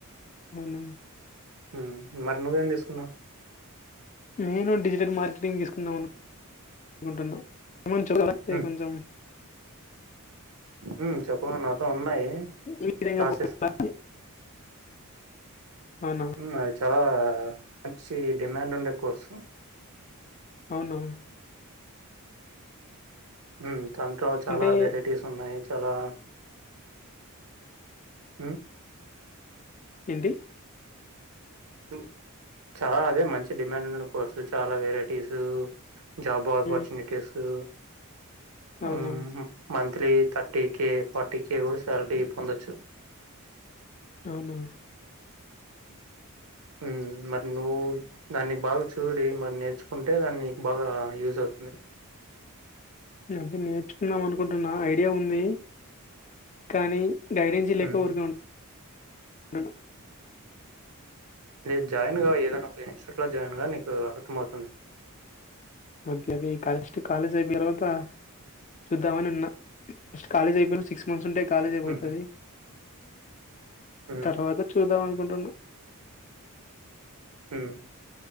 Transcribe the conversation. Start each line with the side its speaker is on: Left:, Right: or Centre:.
Left: ఔనా
Right: ఉమ్ మర్ నువ్వేం దీసుకున్నావ్
Left: నేను డిజిటెట్ మార్కెటింగ్ దీసుకుందాం అను కుంటన్నా ఉమాంజు కరక్టే
Right: హ్మ్.
Left: కొంజమ్
Right: ఉమ్ చెప్పవ నాతో ఉన్నాయ్
Left: ఏ విధంగా
Right: క్లాసెస్
Left: పోవాలి? అవునా!
Right: ఉమ్ అది చాలా మంచి డిమాండ్ ఉండే కోర్సు
Left: ఔనా
Right: ఉమ్ తంతో చాలా
Left: అంటే
Right: వెరైటీస్ ఉన్నాయ్ చాలా ఉమ్
Left: ఏంటి
Right: హ్మ్ చా అదే మంచి డిమాండ్ ఉండిన కోర్సు చాలా వెరేటీసు జాబ్ ఆబార్చునుటీసు
Left: హ్మ్.
Right: ఉహుమ్
Left: అవునా!
Right: మన్ three thirty K forty K గుడా సాలరీ పొందొచ్చు
Left: ఔనా
Right: ఉమ్ మర్ నువ్వు దాన్ని బా చూడి మర్ నేర్చుకుంటే దాన్నిక్ బాగా యూజ్ ఔత్ ఉన్నది
Left: అదీ నేర్చుకుందాం అనుకుంటున్నా ఐడియా ఉంది కానీ గైడెంన్సీ లేక
Right: హ్మ్
Left: ఊర్ కే ఉం టను
Right: లేద్ జాయిన్ గా ఏదన్ ఒకటి ఇన్ స్టుట్ లా జాయిన్ గా నీకు అర్థమౌవ్ తుంది
Left: అంతే మీ కలెస్టు కాలేజ్ అయ్పియ్ దరువాత చూద్దామని ఉన్న ఫస్ట్ కాలేజ్ ఐపేయ్ నా సిక్స్ మంత్స్ ఉంటే కాలేజ్ అయ్
Right: హ్మ్
Left: పోతది
Right: హ్మ్
Left: తరవత చూదావనుకుంటున్నా
Right: ఉమ్